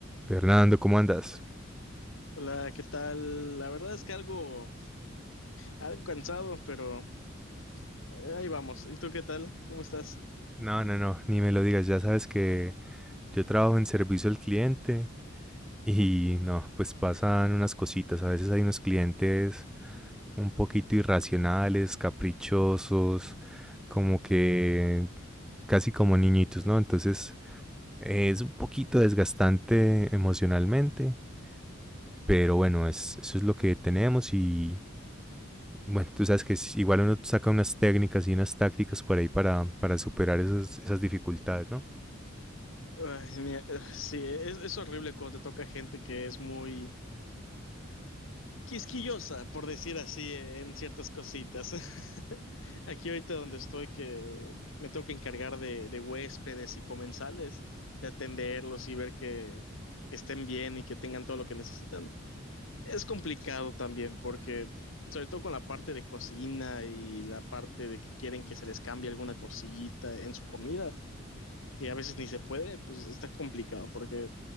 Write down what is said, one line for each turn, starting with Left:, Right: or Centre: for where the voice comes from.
Centre: Fernando, ¿cómo andas?
Left: Hola, ¿qué tal? La verdad es que algo, algo cansado, pero eh, ahí vamos. ¿Y tú qué tal? ¿Cómo estás?
Centre: No, no, no, ni me lo digas, ya sabes que yo trabajo en servicio al cliente y no, pues pasan unas cositas, a veces hay unos clientes un poquito irracionales, caprichosos, como que casi como niñitos, ¿no? Entonces eh, es un poquito desgastante emocionalmente, pero bueno, es, eso es lo que tenemos y, Y bueno, tú sabes que es- igual uno saca unas técnicas y unas tácticas por ahí para, para superar esas, esas dificultades, ¿no?
Left: Ay, mira, eh, sí, es, es horrible cuando te toca gente que es muy quisquillosa, por decir así, eh, en ciertas cositas. <laughs> Aquí ahorita donde estoy, que me tengo que encargar de, de huéspedes y comensales, de atenderlos y ver que que estén bien y que tengan todo lo que necesitan. Es complicado también porque, sobre todo con la parte de cocina y la parte de que quieren que se les cambie alguna cosita en su comida, que a veces ni se puede, pues está complicado porque,